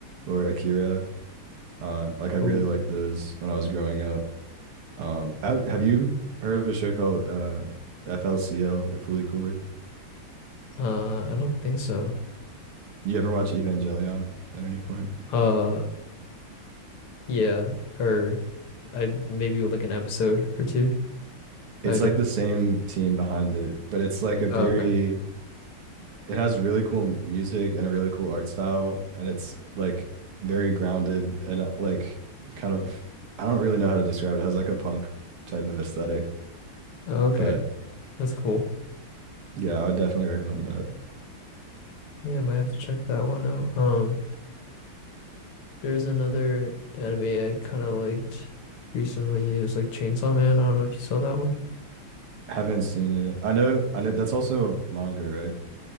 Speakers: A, on the right; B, on the left.
A: or Akira, uh like I really
B: Ooh,
A: liked those when I was growing up. Um ha- have you heard of a show called uh FLCL or Foolie Coolie?
B: uh, I don't think so.
A: You ever watch Evangelion at any point?
B: Uh, yeah, or I maybe like an episode or two.
A: It's
B: I definitely
A: like the same
B: heard it.
A: team behind it, but it's like a very
B: Oh, okay.
A: It has really cool music and a really cool art style, and it's like very grounded and uh, like kind of I don't really know how to describe it. It has like a punk type of aesthetic,
B: Oh, okay.
A: but
B: That's cool.
A: yeah, I would definitely recommend that.
B: Yeah, I might have to check that one out. Um, there's another anime I kind of liked recently. It was like Chainsaw Man. I don't know if you saw that one.
A: Haven't seen it. I know, I know that's also a manga, right?